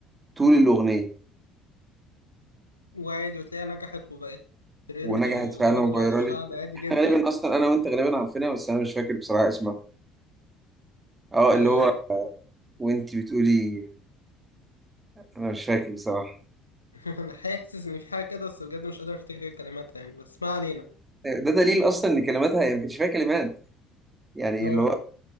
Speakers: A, on the right; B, on the left.
A: طول الأغنية
B: وعادي وتلاقيها نجحت وبقت ترند
A: ونجحت
B: وجابت
A: فعلا وفايرال
B: مع الشعب
A: لي
B: عادي
A: إحنا
B: جدا
A: غالبا أصلا أنا وأنت غالبا عارفينها بس أنا مش فاكر بصراحة اسمها أه
B: آه،
A: اللي هو وأنت بتقولي أنا مش فاكر بصراحة
B: <laughs> انا حاسس ان في حاجه كده بس بجد مش قادر افتكر كلماتها يعني بس ما علينا
A: ده دليل أصلا إن كلماتها هي ما كانش فيها كلمات يعني
B: آه.
A: اللي هو